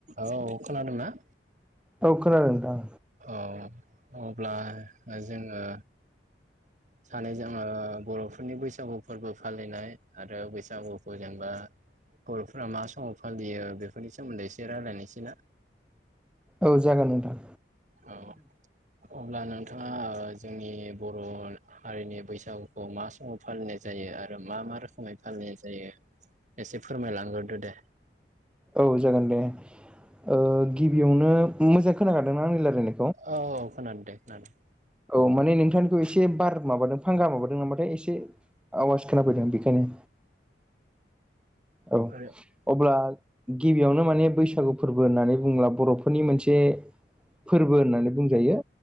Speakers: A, on the right (about 45°); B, in the centre.
A: औ खोनादोंना?
B: औ खोनादों नोंथां।
A: औ अब्ला जोङो सानैजोङो बर'फोरनि बैसागु फोरबो फालिनाय आरो बैसागुखौ जेनेबा बर'फोरा मा समाव फालियो बेफोरनि सोमोन्दै एसे रायलायनोसै ना?
B: औ जागोन नोंथां।
A: औ अब्ला नोंथाङा ओ जोंनि बर' हारिनि बैसागुखौ मा समाव फालिनाय जायो आरो मा मा रोखोमै फालिनाय जायो। एसे फोरमायलांग्रोदो दे?
B: औ जागोन दे ओ गिबियावनो मोजां खोनाखादोंना आंनि रायला
A: औ खोनादों दे खोनादों।
B: औ माने नोंथां एसे बार मादों फांगा माबादों होनबाथाय एसे आवाज खोनाफैदों बेनिखायनो औ
A: आरो
B: अब्ला गिबियावनो माने बैसागु फोरबो होननानै बुंङोब्ला बर'फोरनि मोनसे फोरबो होननानै बुंजायो